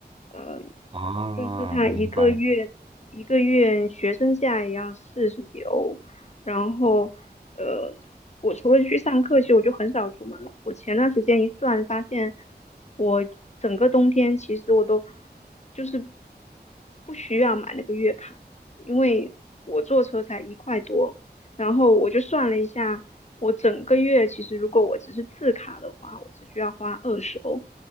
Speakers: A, on the left (about 40°); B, on the right (about 30°).
A: 呃，
B: 哦，
A: 就是它一个月一个月学生价也要四十几欧，
B: 明白。
A: 然后呃，我除了去上课，其实我就很少出门了。我前段时间一算，发现我整个冬天其实我都就是不需要买那个月卡，因为我坐车才一块多。然后我就算了一下，我整个月其实如果我只是次卡的话，我只需要花二十欧，